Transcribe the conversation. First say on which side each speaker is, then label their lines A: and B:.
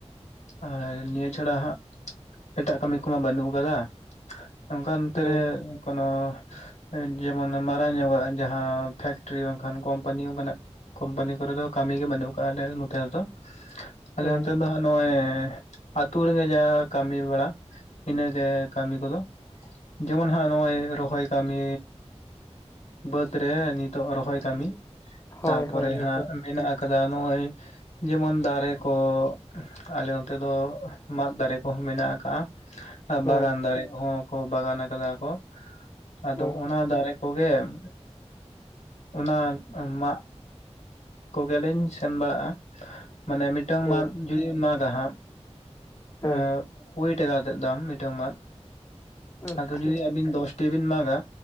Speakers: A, on the left (about 80°); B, on the left (about 25°).
A: ᱟᱨ ᱱᱤᱭᱟᱹ ᱪᱷᱟᱲᱟ ᱦᱟᱸᱜ ᱮᱴᱟᱜ ᱠᱟᱹᱢᱤ ᱠᱚᱢᱟ ᱵᱟᱹᱱᱩᱜ ᱟᱠᱟᱫᱟ। ᱱᱚᱝᱠᱟᱱ ᱱᱚᱛᱮᱨᱮ
B: ᱦᱮᱸ
A: ᱠᱳᱱᱳ ᱼᱼ ᱡᱮᱢᱚᱱ ᱢᱟᱨᱟᱝ ᱧᱚᱜᱟᱜ ᱡᱟᱦᱟᱸ ᱯᱷᱮᱠᱴᱨᱤ ᱵᱟᱝᱠᱷᱟᱱ ᱠᱳᱢᱯᱟᱱᱤ ᱚᱱᱠᱟᱱᱟᱜ ᱼᱼ ᱠᱳᱢᱯᱟᱱᱤ ᱠᱚᱨᱮ ᱫᱚ ᱠᱟᱹᱢᱤ ᱜᱮ ᱵᱟᱹᱱᱩᱜ ᱠᱟᱜᱼᱟ ᱟᱞᱮ ᱱᱚᱛᱮ ᱨᱮᱫᱚ। ᱟᱞᱮ
B: ᱦᱮᱸ
A: ᱱᱚᱛᱮ ᱫᱚ ᱦᱟᱸᱜ ᱱᱚᱜᱼᱚᱭ ᱼᱼ ᱟᱹᱛᱩ ᱨᱮᱜᱮ ᱡᱟ ᱠᱟᱹᱢᱤ ᱵᱟᱲᱟ, ᱤᱱᱟᱹ ᱜᱮ ᱠᱟᱹᱢᱤ ᱠᱚᱫᱚ। ᱡᱮᱢᱚᱱ ᱦᱟᱸᱜ ᱱᱚᱜ-ᱚᱭ ᱨᱚᱦᱚᱭ ᱠᱟᱢᱤ᱾ ᱵᱟᱹᱫᱽ ᱨᱮ ᱱᱤᱛᱚᱜ ᱨᱚᱦᱚᱭ ᱠᱟᱢᱤ
B: ᱦᱳᱭ
A: ᱛᱟᱯᱚᱨᱮ
B: ᱦᱳᱭ ᱱᱤᱛᱚᱜ
A: ᱦᱟᱸᱜ ᱢᱮᱱᱟᱜ-ᱟ᱾ ᱠᱟᱫᱟ ᱱᱚᱜ-ᱚᱭ ᱡᱮᱢᱚᱱ ᱫᱟᱨᱮ ᱠᱚ ᱟᱞᱮ ᱱᱚ ᱛᱮ ᱫᱚ ᱢᱟᱫ ᱫᱟᱨᱮ ᱠᱚᱦᱚᱸ ᱢᱮᱱᱟᱜ ᱠᱟᱜᱼᱟ ᱟᱨ
B: ᱦᱮᱸ
A: ᱵᱟᱜᱟᱱ ᱫᱟᱨᱮ ᱠᱚᱦᱚᱸ᱾ ᱠᱚ ᱵᱟᱜᱟᱱ ᱟᱠᱟᱫᱟ ᱠᱚ ᱟᱫᱚ
B: ᱦᱮᱸ
A: ᱚᱱᱟ ᱫᱟᱨᱮ ᱠᱚᱜᱮ ᱮᱸ᱾ ᱚᱱᱟ ᱢᱟᱜ ᱠᱚᱜᱮ ᱞᱤᱧ ᱥᱮᱱ ᱵᱟᱲᱟᱜ-ᱟ ᱢᱟᱱᱮ ᱢᱤᱫ ᱴᱟᱹᱝ
B: ᱦᱮᱸ
A: ᱢᱟᱫᱽ ᱡᱩᱫᱤ ᱵᱤᱱ ᱢᱟᱜᱟ ᱦᱟᱸᱜ᱾
B: ᱦᱮᱸ
A: ᱮᱸ ᱠᱩᱲᱤ ᱴᱟᱠᱟ ᱠᱟᱛᱮᱜ ᱫᱟᱢ, ᱢᱤᱴᱟᱹᱝ ᱢᱟᱫᱽ,
B: ᱟᱪᱪᱷᱟ
A: ᱟᱫᱚ ᱡᱩᱫᱤ ᱟᱵᱤᱱ ᱫᱚᱥ ᱴᱤ ᱵᱤᱱ ᱢᱟᱜᱟ